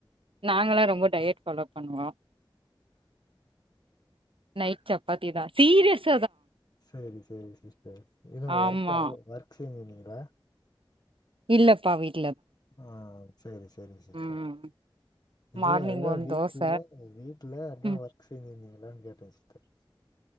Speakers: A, on the right (about 80°); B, on the left (about 50°).
A: நாங்களா ரொம்போ டயட் ஃபாலோ பண்ணுவோம் நைட் சப்பாத்திதான் சீரியஸ்
B: செரி செரி சிஸ்டர் இதி என்னா
A: ஆமா
B: ஒர்கா ஒர்க் ஃப்ரம் ஹோமா இறா
A: இல்ல பா வீட்
B: ஆ செரி செரி சிஸ்டர்
A: ம்
B: வீட்ல
A: மார்னிங்
B: அதுதான்
A: ஒரு
B: வீட்ல
A: தோச
B: வீட்ல அதான்
A: ம்
B: வர்க் செஞ்சுன்னு ஏன் கேட்டேன் சிஸ்டர்